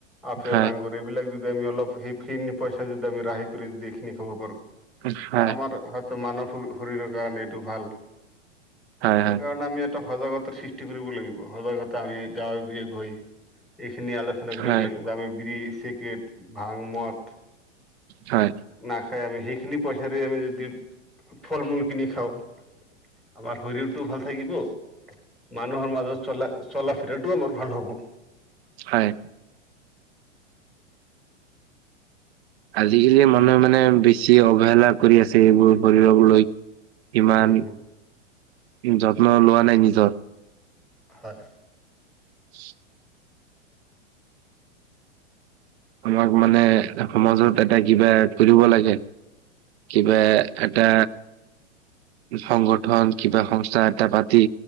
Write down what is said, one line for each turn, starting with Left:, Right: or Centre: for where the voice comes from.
Centre: আপেল
Right: হয়,
Centre: আংঙুৰ এইবিলাক যদি আমি অলপ সেই ফিন পইচা যদি আমি ৰাহি কৰি যদি এইখিনি খাব পাৰো
Right: হয়, হয়,
Centre: ত আমাৰ হয়তো মানব শৰীৰৰ কাৰণে এইটো ভাল।
Right: হয়,
Centre: সেইকাৰণে আমি ইয়াত ত সজাগতা সৃষ্টি কৰিব লাগিব। সজাগতা আমি গাঁৱে-ভূঞে গৈ এইখিনি আলোচ চনা কৰিব
Right: হয়,
Centre: লাগে যে বিৰি, চিগৰেট, ভাং মঠ
Right: হয়।
Centre: নাখাই আমি সেইখিনি পইচাৰে আমি যদি ফল-মূল কিনি খাওঁ আমাৰ শৰীৰ টো ভাল থাকিব। মানুহ আমাৰ চলা চলা-ফিৰাটোও আমাৰ ভাল হ'ব।
Right: হয়। আজি-কালি মানুহে মানে বেছি অৱহেলা কৰি আছে এইবোৰ শৰীৰক লৈ। ইমান
Centre: উম হম
Right: যত্ন লোৱা নাই নিজৰ।
Centre: হয়।
Right: <inaudible> আমাক মানে সমাজত এটা কিবা কৰিব লাগে। কিবা এটা সংগঠন কিবা সংস্থা এটা পাতি